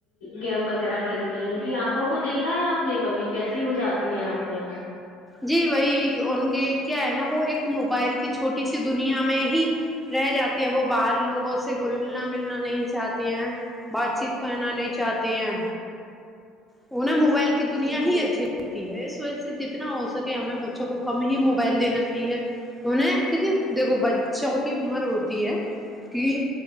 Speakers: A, on the left; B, in the centre.
A: گیم وغیرہ کھیلتے ہیں ان کی آنکھ آنکھوں کو دیکھا ہے آپ نے کبھی کیسی ہو جاتی ہیں آنکھیں
B: جی وہی ان کے کیا ہے نا وہ ایک موبائل کی چھوٹی سی دنیا میں ہی رہ جاتی ہیں وہ باہر لوگوں سے گلنا ملنا نہیں چاہتےہیں بات چیت کرنا نہیں چاہتے ہیں انہیں موبائل کی دنیا
A: جی
B: ہی اچھی تی ہے اس وجہ سے جتنا ہو سکے ہمیں بچوں کو کم ہی موبائل دینا چاہیے انیں کیونکہ دیکھو بچوں کی عمر ہوتی ہے کہ